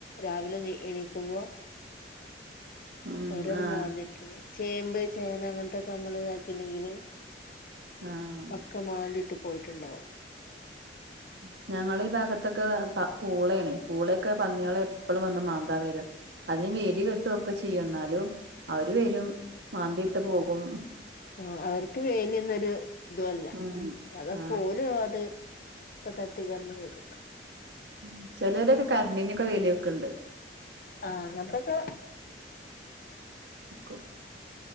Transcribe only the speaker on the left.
രാവിലെ എണീ എണീക്കുമ്പോ.
ഓരോന്ന്
മാന്തിയിട്ട് ചേമ്പ് ചേന അങ്ങനത്തൊക്കെ നമ്മള് ആക്കിയിട്ടുണ്ടെങ്കിൽ.
ഒക്കെ മാന്തിട്ട് പോയിട്ടുണ്ടാവും.
ആഹ് അവർക്ക് വേലിയൊന്നൊരു ഇതല്ല
അതൊക്കെ
ഓലും അത്. ഇപ്പ തട്ടി കൊണ്ട് വരും.
ആ അങ്ങനത്തൊക്കെ